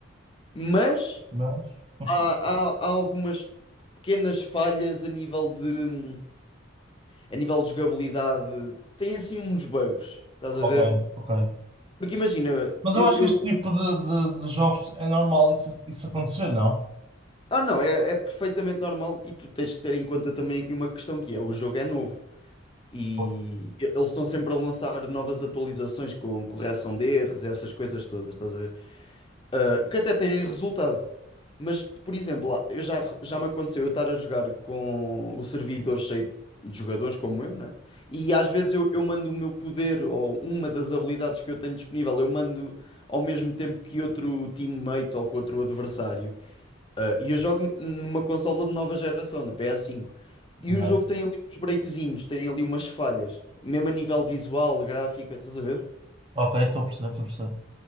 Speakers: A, on the left; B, on the right.
A: mas
B: Mas, <laughs>
A: há, há- há algumas pequenas falhas a nível de, a nível de jogabilidade. Tem assim uns bugs, estás a
B: ok,
A: ver?
B: ok.
A: Porque imagina,
B: Mas
A: eu,
B: eu acho
A: eu-
B: que este tipo de, de, de jogos é normal isso, isso acontecer, não?
A: Ah, não, é, é perfeitamente normal e tu tens que ter em conta também aqui uma questão que é: o jogo é novo. E
B: Pois.
A: eles estão sempre a lançar novas atualizações com correção de erros, essas coisas todas, estás a ver? Ah, que até têm resultado. Mas, por exemplo, lá, eu já, já me aconteceu eu estar a jogar com o servidor cheio de jogadores como eu, né? E às vezes eu, eu mando o meu poder ou uma das habilidades que eu tenho disponível, eu mando ao mesmo tempo que outro teammate ou que outro adversário. Ah, e eu jogo numa consola de nova geração, na PS5. E
B: Não
A: o jogo
B: é?
A: tem ali uns breakzinhos, tem ali umas falhas, mesmo a nível visual, gráfica, estás a ver?
B: Ok, estou a perceber, estou a perceber.